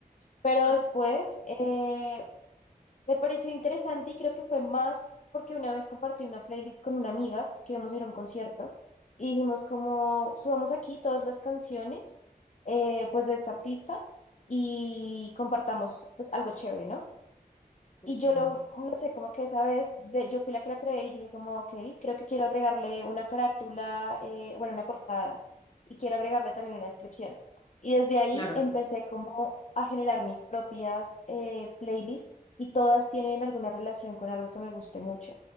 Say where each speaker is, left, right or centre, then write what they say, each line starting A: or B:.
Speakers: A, on the left (about 50°); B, on the left (about 30°).
A: Pero
B: ¿Mm?
A: después, eh, Me pareció interesante y creo que fue más porque una vez compartí una playlist con una amiga que íbamos a ir a un concierto y dijimos como subamos aquí todas las canciones eh, pues de esta artista y compartamos pues algo chévere, ¿no?
B: Como-
A: Y yo lo, no sé, como que esa vez de- yo fui la que la creé y dije como, ok, creo que quiero agregarle una carátula, eh, bueno, una portada y quiero agregarle también una descripción. Y desde ahí
B: Claro,
A: empecé como a generar mis propias eh, playlists y todas tienen alguna relación con algo que me guste mucho.